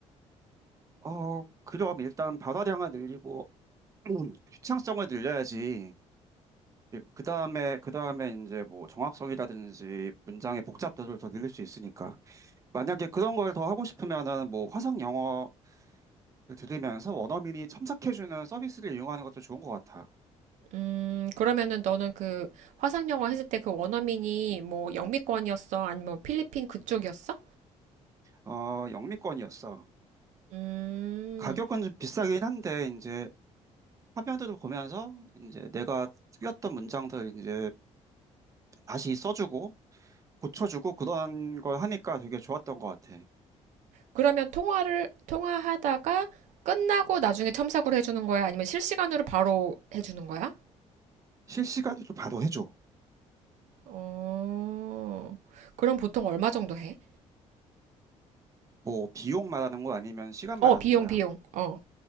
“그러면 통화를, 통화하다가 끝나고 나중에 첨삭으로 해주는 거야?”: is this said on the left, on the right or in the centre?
Right